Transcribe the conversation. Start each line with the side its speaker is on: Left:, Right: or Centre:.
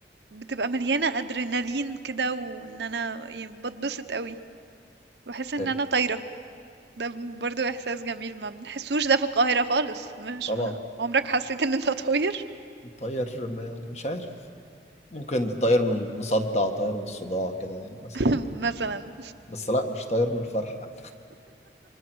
Right: بتبقى مليانه ادرينالين كده وان انا يعني بتبسط قوي بحس ان
Left: حلو
Right: انا طايره ده برضو احساس جميل ما بنحسوش ده في القاهرة خالص مش
Left: طبعا
Right: ما. عمرك حسيت ان انت طاير
Left: الطير م- يعني مش عارف ممكن طير من مصدع طير من الصداع كده يعني مثلا
Right: <laughs> مثلا
Left: بس لا مش طير من الفرحة